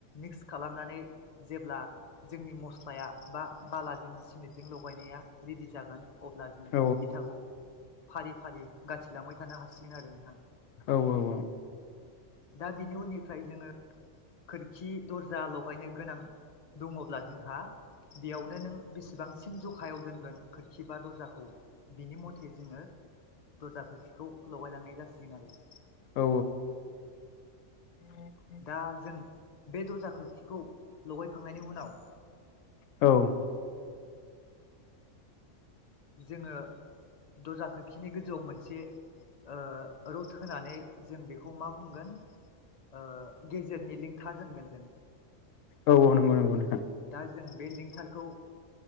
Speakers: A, on the left; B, on the left.
A: मिक्स खालामनानै जेब्ला जोंनि मस्लाया बा बालाजों सिमेन्टजों लगायनाया रेडि जागोन। अब्ला जों
B: औ
A: इथाखौ फारि फारि गाथिलांबाय थानो हासिगोन आरो नोंथां।
B: औ औ।
A: दा बिनि उननिफ्राय जोङो खोरखि दर्जा लगायनो गोनां दङब्ला जोंहा बेयावनो नों बेसेबांसिम जखायाव दोनगोन खोरखि बा दरजाखौ बिनि मथे जोङो दरजा खोरसिखौ लगाय लांनाय जासिगोन आरो।
B: औ औ।
A: दा जों बे दरजा खोरखिखौ लगायखांनायनि उनाव
B: औ
A: जोङो दरजा खोरखिनि गोजौआव मोनसे ओ रड होनानै जों बेखौ मा बुंगोन ओ गेजेरनि लिंथार होनगोन जों।
B: औ औ नंगौ नंगौ नोंथां।
A: दा जों बे लिंथारखौ